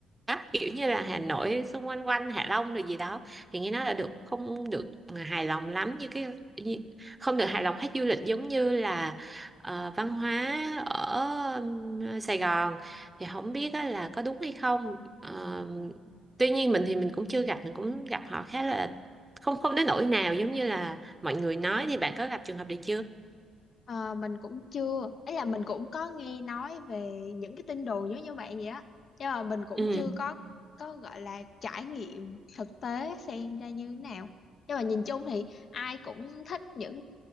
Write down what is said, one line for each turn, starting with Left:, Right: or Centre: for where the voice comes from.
Right: Bắc, kiểu như là Hà Nội xung quanh quanh Hạ Long rồi gì đó thì nghe nói là được không được hài lòng lắm như cái như, không được hài lòng khách du lịch giống như là ờ, văn hóa ở ừm, Sài Gòn thì không biết á là có đúng hay không Ờ, tuy nhiên mình thì mình cũng chưa gặp mình cũng gặp họ khá là không không đến nỗi nào giống như là mọi người nói thì bạn có gặp trường hợp này chưa
Left: Ờ, mình cũng chưa ấy là mình cũng có nghe nói về những cái tin đồn giống như bạn vậy á nhưng mà mình cũng
Right: ừ
Left: chưa có có gọi là trải nghiệm thực tế xem ra như thế nào nhưng mà nhìn chung thì ai cũng thích những